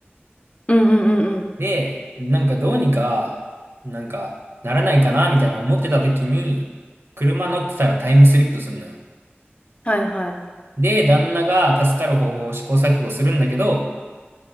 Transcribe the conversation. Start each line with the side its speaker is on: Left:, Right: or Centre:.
Left: うん、うん、うん。うん
Right: で、なんかどうにか、なんかならないかな、みたいな思ってた時に、車乗ってたらタイムスリップすんのよ。
Left: はいはい。
Right: で、旦那が助かる方法を試行錯誤するんだけど、